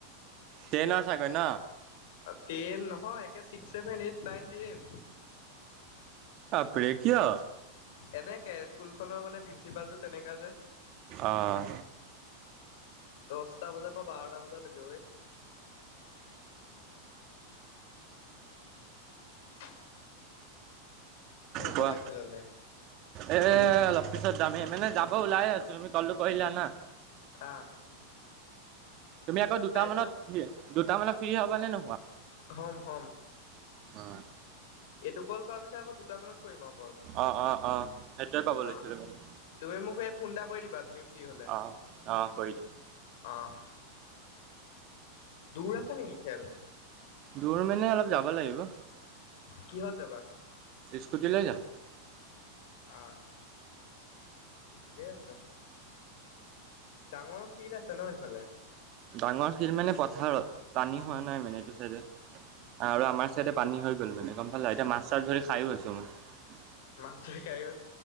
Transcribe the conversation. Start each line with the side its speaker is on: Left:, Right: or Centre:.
Right: তেনৰ চাগে ন
Left: টেইন নহয় একে six seven eight nine ten
Right: <unintelligible> এ কিয়
Left: এনেকে স্কুল খনৰ মানে প্ৰিন্ঞ্চিপাল টো তেনেকা যে
Right: অ',
Left: দশটা বজাৰ পৰা বাৰটা বজা লৈকে অই <inaudible>
Right: কোৱা
Left: যাবা খেললে
Right: এ অলপ পিছত যামেই মানে যাব ওলাই আছো তুমি কলটো কৰিলা না
Left: আহ
Right: তুমি আকৌ দুটা
Left: তাৰপিছত
Right: মানত দুটা মানত ফ্ৰী হবা নে নোহোৱা
Left: হম হম
Right: অ
Left: এইটো কল কৰাৰ পিছত আকৌ দুটা মানত কৰিব কল।
Right: অ', অ', অ', সেইটোৱে ক'ব লৈছিলো
Left: আহ
Right: মানে
Left: তুমি মোক এই ফোন এটা কৰি দিবা তুমি ফ্ৰী হলে
Right: অঁ অঁ কৰি দিম
Left: আহ দূৰ আছে নেকি খেল
Right: দূৰ মানে অলপ যাব লাগিব
Left: কিহত যাবা?
Right: স্কুটি লৈ যাম।
Left: আহ ঠিকেই আছে, ডাঙৰ ফিল্ড আছে ন সফালে?
Right: ডাঙৰ ফিল্ড মানে পথাৰত পানী হোৱা নাই মানে এইটো চাইডে আৰু আমাৰ চাইডে পানী হৈ গ'ল মানে গম পালা এতিয়া মাছ -চাছ ধৰি খাইো আছো মই
Left: মাছ ধৰি খাই ও